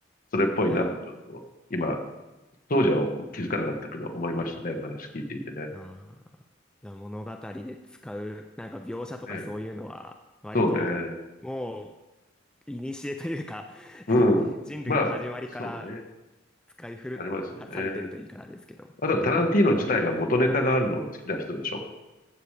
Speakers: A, on the left; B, in the centre.
A: それっぽいな、
B: はい。
A: ちょっと、今、当時は気づかなかったけど、思いましたね、お話聞いていてね。
B: ああ、じゃあ物語で使う、なんか描写とかそういうのは、
A: そうね。
B: 割と、
A: そうね。
B: もう、古というか
A: うん。
B: <laughs> 人類の始まりから
A: まあ、そうね。
B: 使い古されてるといいからですけど。
A: ありますよね。あとはタランティーノ自体が元ネタがあるのが好きな人でしょ。
B: うん。